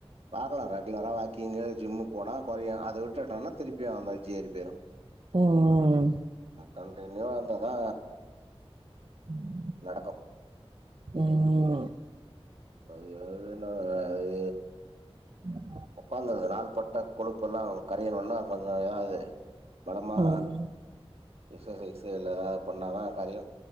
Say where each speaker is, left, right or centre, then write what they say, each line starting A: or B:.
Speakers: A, on the right (about 70°); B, on the right (about 55°).
A: பாக்கலா ரெகுலரா வாக்கிங்கு ஜிம்மு போனா கொறயு அத விட் ட்டுடோனா திருப்பி அந்தாஜி இருக்கு
B: ம்
A: <unintelligible> கண்டனியூவா வந்தாதா
B: உம்
A: நடக்கும்
B: உம்ம்
A: அது அதுவே நா அது
B: உம்
A: உ்காந்துருது நாள்பட்ட கொழுப்பு எல்லா கரையணுனா கொஞ்சோ ஏதாவுது பழமா
B: ம்
A: எஸ்ஸசைஸ் இல்ல ஏதாவது பண்ணாதா கரயு